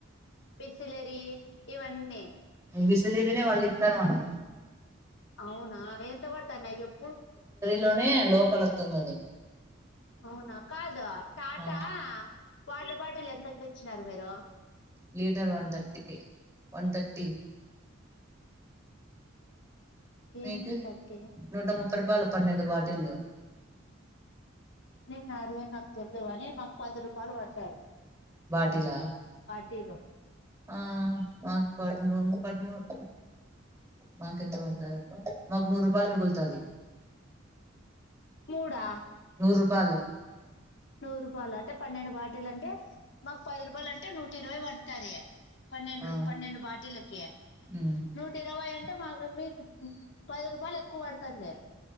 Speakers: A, on the left; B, on the right.
A: బిసిలేరి ఇవన్నీ
B: బిసిలీరినే వాళ్ళు ఇతారు వాన్
A: అవునా ఎంత వాడుతన్నాయ్ నాయి చెప్పు
B: లోనే లోకల్ వస్తుంది అది
A: అవునా కాద టాట
B: ఆ
A: వాడ్ బాటిల్ ఎంతకు తెచ్చినారు మీరు
B: litre one thirty one thirty
A: ఏను
B: మీకు
A: ఉంటాట్టే
B: నూట ముప్పై రూపాయలు పన్నెండు బాటిల్ లు
A: నేను అదే నాకు తెలువని మాకు పది రూపాయలు వట్టయి
B: బాటిలా
A: తి దో
B: ఆ మాకు పద్ మూడు పద్ మూడు మాకు ఎంత వడుతా రబ్బా మగ్ నూరు రూపాయల్ మిగుల్ త్తది
A: మూడా
B: రూపాలు
A: నూరు రూపాలు అంటే పన్నెండు బ లు అంటే మాకు పది రూపాయలు అంటే నూట ఇరవై పడతాది పన్నెండు
B: ఆ
A: పన్నెండు బాటిలక్కీ
B: ఉమ్
A: నూట ఇరవై అన్ టె మా వోలే పది రూపాయలు ఎక్కు పడతంది